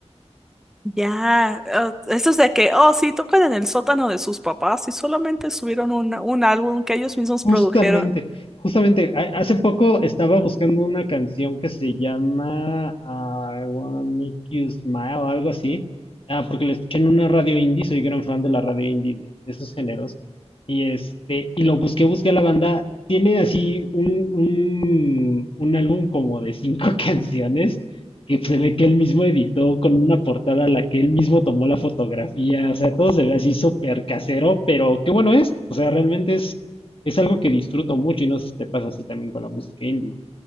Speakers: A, in the centre; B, on the left.
A: ya. Oh, eso es de que, oh, sí, tocan en el sótano de sus papás y solamente subieron un, un álbum que ellos mismos
B: Justamente,
A: produjeron.
B: justamente, ha- hace poco estaba buscando una canción que se llama ah, I Wanna Make You Smile algo así, ah, porque la escuché en una radio indie, soy gran fan de la radio indie, de, de esos géneros, y este, y lo busqué, busqué a la banda, tiene así un, un, un álbum como de cinco <laughs> canciones, que se ve que él mismo editó con una portada a la que él mismo tomó la fotografía, o sea, todo se ve así súper casero, pero qué bueno es, o sea, realmente es es algo que disfruto mucho y no sé si te pasa así también con la música indie.